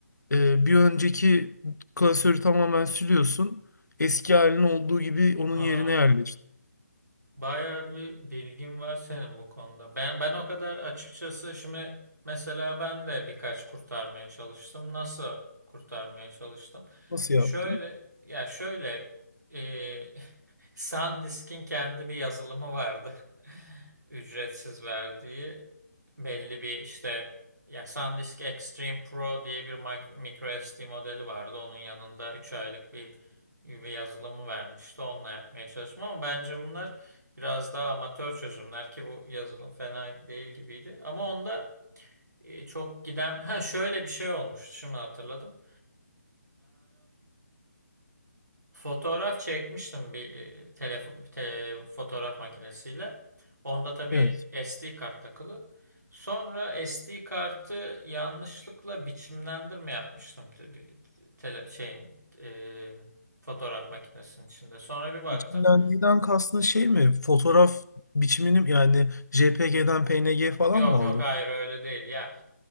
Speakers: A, on the left; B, on the right.
A: e, bir önceki klasörü tamamen siliyorsun. Eski halinin olduğu gibi onun
B: Ha,
A: yerine
B: anladım.
A: yerleştir.
B: Bayağı bir bilgin var senin bu konuda. Ben ben o kadar açıkçası şimdi mesela ben de birkaç kurtarmaya çalıştım. Nasıl kurtarmaya çalıştım?
A: Nasıl
B: Şöyle
A: yaptın?
B: ya şöyle e, <laughs> SanDisk'in kendi bir yazılımı vardı. <laughs> Ücretsiz verdiği belli bir işte ya SanDisk Extreme Pro diye bir micro, micro SD modeli vardı. Onun yanında 3 aylık bir, bir yazılımı vermişti. Onunla yapmaya çalıştım ama bence bunlar biraz daha amatör çözümler ki bu yazılım fena değil gibiydi. Ama onda e, çok giden <laughs> ha şöyle bir şey olmuştu. Şimdi hatırladım. Fotoğraf çekmiştim bir e, telefon te- fotoğraf makinesiyle. Onda tabii
A: Evet.
B: SD kart takılı. Sonra SD kartı yanlışlıkla biçimlendirme yapmıştım te- bir- tele şeyin e, fotoğraf makinesinin içinde. Sonra bir baktım.
A: Biçimlendiğinden kastın şey mi? Fotoğraf biçimini yani JPG'den PNG falan
B: Yok
A: mı aldın?
B: yok hayır öyle değil ya.